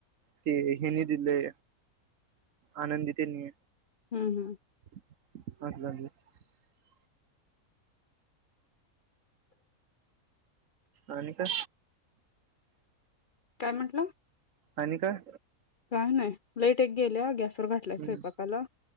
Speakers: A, on the right; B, on the left.
A: ते हेनी दिलंय आनंदीतेनी
B: हुं हुं!
A: <unintelligible> आणि काय?
B: काय म्हटलं?
A: आणि काय?
B: काय नाही लाईट एक गेलिया गॅस करू घाटलाय
A: हम्म
B: स्वयंपाकाला